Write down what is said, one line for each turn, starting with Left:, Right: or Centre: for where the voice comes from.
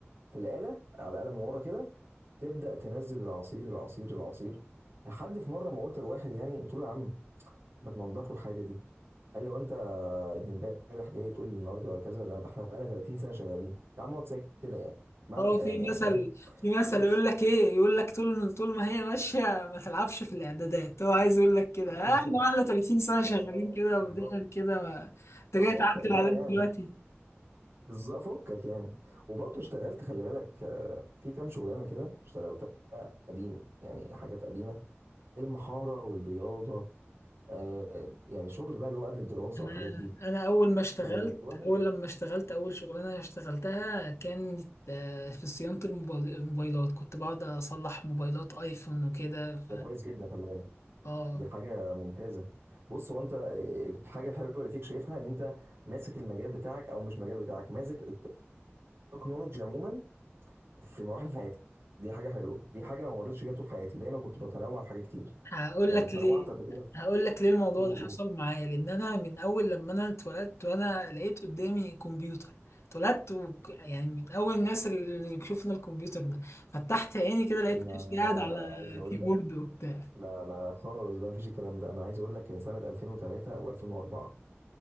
Right: في الآلة على الآلة من ورا كده تبدأ تنزل العصير العصير العصير لحد في مرة ما قلت لواحد يعني قلت له يا عم ما تنضفوا الحاجة دي قال لي وانت ابن امبارح جاي تقول لي النهارده ولا كذا ده انا احنا بقالنا 30 سنة شغالين يا عم اقعد ساكت كده يعني معنى
Left: هو
Right: الكلام
Left: في
Right: يعني
Left: مثل
Right: فاهم
Left: في مثل
Right: لو مش
Left: يقول لك ايه يقول لك طول طول ما هي ماشيه ما تلعبش في الاعدادات هو عايز يقول لك كده
Right: <laughs>
Left: آه، احنا بقالنا 30 سنه
Right: يا
Left: شغالين
Right: اه
Left: كده
Right: بالظبط
Left: ودايما كده ما... انت جاي
Right: ففكك
Left: تعدل
Right: بقى
Left: علينا
Right: يعني
Left: دلوقتي
Right: بالظبط فكك يعني وبرضه اشتغلت خلي بالك آه، في كام شغلانه كده اشتغلتها قديم يعني حاجات قديمه المحاره والبياضه آه، يعني شغل بقى اللي هو قبل الدراسه
Left: انا
Right: والحاجات دي
Left: انا اول ما اشتغلت
Right: كان الواحد
Left: اول لما اشتغلت اول شغلانه اشتغلتها كانت آه، في صيانه الموبايل- الموبايلات كنت بقعد اصلح موبايلات ايفون وكده ف
Right: ده كويس جدا خلي بالك
Left: اه
Right: دي حاجه ممتازه بص هو انت آه، الحاجه الحلوه اللي فيك شايفها ان انت ماسك المجال بتاعك او مش مجال بتاعك ماسك التكنولوجيا عموما في مراحل حياتك دي حاجه حلوه دي حاجه ما مرتش بيها طول حياتي دايما كنت بتنوع في حاجات كتير
Left: هقول
Right: يعني
Left: لك
Right: اتنوعت
Left: ليه
Right: قبل كده في
Left: هقول لك ليه الموضوع
Right: قول
Left: ده حصل
Right: قول.
Left: معايا لان انا من اول لما انا اتولدت وانا لقيت قدامي كمبيوتر اتولدت و... يعني من اول الناس اللي شفنا الكمبيوتر ده فتحت عيني كده لقيت
Right: انا
Left: نفسي قاعد على
Right: عايز اقول
Left: كيبورد
Right: لك
Left: وبتاع
Right: لا لا خالص بقى مفيش الكلام ده انا عايز اقول لك ان سنه 2003 او 2004